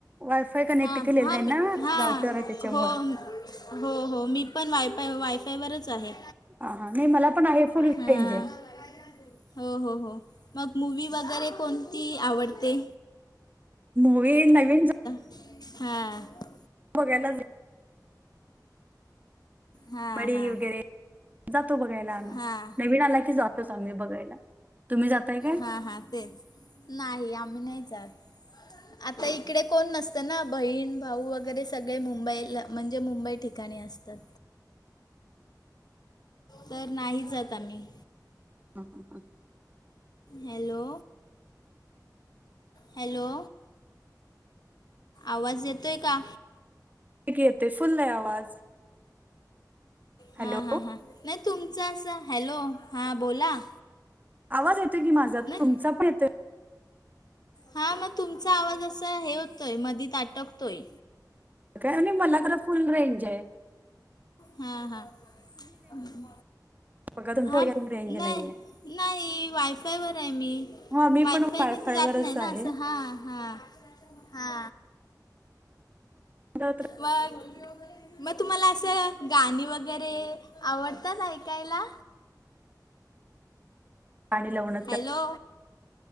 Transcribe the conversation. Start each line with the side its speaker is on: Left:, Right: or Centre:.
Right: वायफाय कनेक्ट
Left: हां
Right: केलेला
Left: हां
Right: ये ना...
Left: मी हां
Right: राउटर ए त्याच्यामुळे
Left: हो हो हो मी पण वायफाय... वायफायवरच आहे
Right: ह हा, नाही मला पण आहे फुल रेंज
Left: हां
Right: ए
Left: हो हो हो मग मूवी वगैरे कोणती आवडते
Right: मूवी नवीन
Left: ह.
Right: बघायला.
Left: हां
Right: बडी
Left: हां
Right: वगैरे जातो बघायला आम्ही
Left: हां
Right: नवीन आला की जातोच आम्ही बघायला तुम्ही जातय काय
Left: हा हा तेच नाही आम्ही नाही जात आता इकडे कोण नसत ना बहीण भाऊ वगैरे सगळे मुंबईला म्हणजे मुंबई ठिकाणी असतात तर नाही जात आम्ही
Right: हां हां हां
Left: हॅलो हॅलो आवाज येतोय का?
Right: येतोय की येतोय, फुल्ल ए आवाज हॅलो
Left: हा हा हा... नाही तुमचं असं, हॅलो हा बोला
Right: आवाज येतोय की माझा,
Left: नाही
Right: तुमचा पण येतोय
Left: हा मग तुमचा आवाज असा हे होतोय, मधीत आटोकतय
Right: काय आणि मला तर फुल्ल रेंज ए
Left: हुं... हुं
Right: बघा तुमच्या
Left: हा नाय
Right: रेंज नाहीये
Left: नाही वायफायवर ये मी
Right: मग आम्ही
Left: वायफाय
Right: पण
Left: की जात
Right: वरच
Left: नाही ना
Right: आहे
Left: असं हा हा हा
Right: <inaudible>
Left: वर मग तुम्हाला असं गाणी वगैरे आवडतात ऐकायला
Right: पाणी लावण
Left: हॅलो